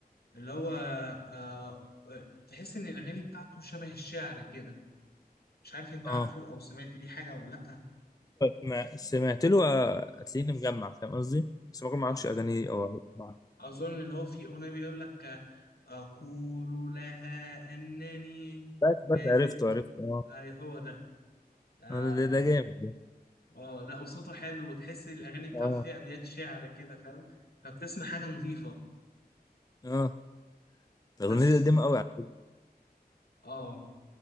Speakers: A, on the left (about 70°); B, on the left (about 20°).
A: اللي هو آه، آه، تحس إن الأغاني بتاعته شبه الشعر كده مش عارف أنت عارفه
B: اه
A: أو سمعت ليه حاجة ولا لأ
B: ما سمعت له آه، هتلاقيني مجمع فاهم قصدي بس ما ما
A: آه،
B: اعرفش اغانيه
A: آه،
B: او أسمع.
A: اظن اللي هو فيه اغنيه بيقول لك آه، اقول لها انني
B: بس
A: ما
B: بس عرفته
A: زلت
B: عرفته اه
A: اي هو ده اه
B: آه، ده, ده ده جامد ده
A: آه، لا وصوته حلو وتحس الاغاني بتاعته
B: اه
A: فيها ابيات شعر كده فاهم فبتسمع حاجه نظيفه
B: اه الاغنيه
A: بس
B: دي قديمه قوي على
A: اه